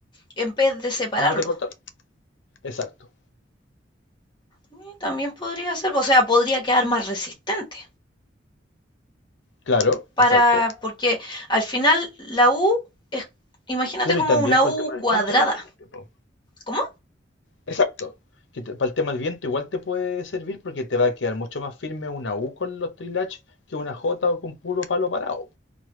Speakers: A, on the left (about 25°); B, on the left (about 70°).
A: en vez de separarlo,
B: en vez de cortarlo. Exacto.
A: eh, también podría ser, o sea, podría quedar más resistente.
B: Claro, exacto.
A: Para, porque al final la U es, imagínate
B: Claro,
A: como
B: y también
A: una
B: por
A: U
B: el tema del
A: cuadrada.
B: viento, imagínate, po.
A: ¿Cómo?
B: Exacto. Que te- para el tema del viento igual te puede servir porque te va a quedar mucho más firme una U con los trilach que una J o con puro palo parado.